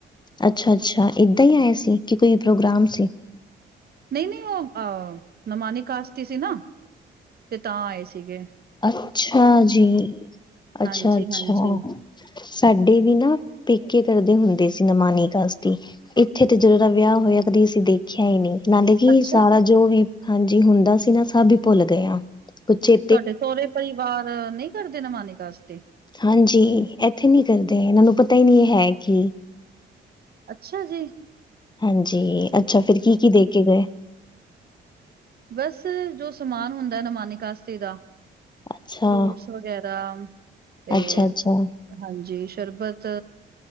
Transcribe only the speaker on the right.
ਨਈ -ਨਈ ਓ ਅ ਨਮਾਨੀ ਕਾਸਤੀ ਸੀ ਨਾ, ਤੇ ਤਾਂ ਆਏ ਸੀਗੇ।
ਹਾਂਜੀ-ਹਾਂਜੀ
ਅੱਛਾ
ਤੁਆਡੇ ਸੋਰੇ ਪਰਿਵਾਰ ਨਈ ਕਰਦੇ ਨਮਾਨੀ ਕਾਸਤੀ?
ਅੱਛਾ ਜੀ।
ਬਸ ਜੋ ਸਮਾਨ ਹੁੰਦੈ ਨਮਾਨੀ ਕਾਸਤੀ ਦਾ,
ਫਰੂਟਸ ਵਗੈਰਾ ਤੇ
ਹਾਂਜੀ ਸ਼ਰਬਤ